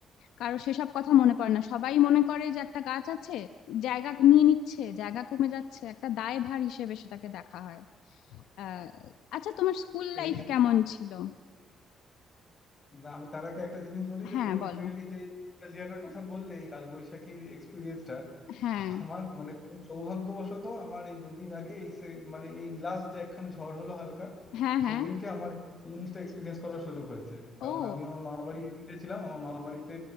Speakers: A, on the left (about 85°); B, on the left (about 30°).
A: কারো সেসব কথা মনে পড়ে না সবাই মনে করে যে একটা গাছ আছে জায়গা নিয়ে নিচ্ছে জায়গা কমে যাচ্ছে একটা দায়ভার হিসেবে সেটাকে দেখা হয় আহ আচ্ছা তোমার স্কুল লাইফ
B: এই
A: কেমন ছিল
B: না আমি তার আগে একটা জিনিস বলি
A: হ্যাঁ
B: যে তুমি
A: বলো
B: লিটারেলি যে নস্টালজিয়াটার কথা বললে এই কালবৈশাখীর এক্সপিরিয়েন্সটা
A: হ্যাঁ
B: আমার মানে খুব সৌভাগ্যবশত আমার এই দুদিন আগে এই সে- মানে এই লাস্ট যে একখানা ঝড় হলো হালকা
A: হ্যাঁ হ্যাঁ
B: সেদিনকে আমার এই জিনিসটা এক্সপিরিয়েন্স করার সুযোগ হয়েছে
A: ও
B: কারণ আমি আমার মামা বাড়ি গিয়েছিলাম আমার মামা বাড়িতে